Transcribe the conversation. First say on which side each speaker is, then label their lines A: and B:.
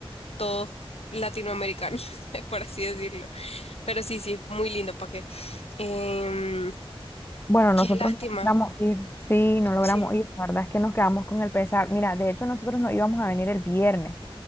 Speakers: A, on the left; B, on the left.
A: todos latinoamericanos, <laughs> por así decirlo. Pero sí, sí, es muy lindo, ¿para qué? Em,
B: Bueno, nosotros
A: qué lástima,
B: no <laughs> logramos ir, sí, no logramos
A: sí,
B: ir, la verdad es que nos quedamos con el pesar. Mira, de hecho nosotros no íbamos a venir el viernes,